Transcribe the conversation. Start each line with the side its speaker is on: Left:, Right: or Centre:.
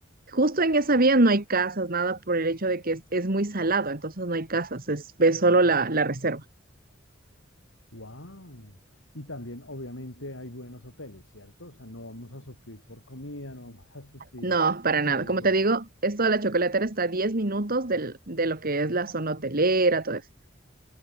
Right: justo en esa vía no hay casas, nada por el hecho de que es, es muy salado, entonces no hay casas, es, ves solo la la reserva.
Left: wow. Y también obviamente hay buenos hoteles, ¿cierto? O sea, no vamos a sufrir por comida, no vamos a sufrir...
Right: No, para nada.
Left: eh,
Right: Como te digo, esto de la chocolatera está a 10 minutos del- de lo que es la zona hotelera, todo eso.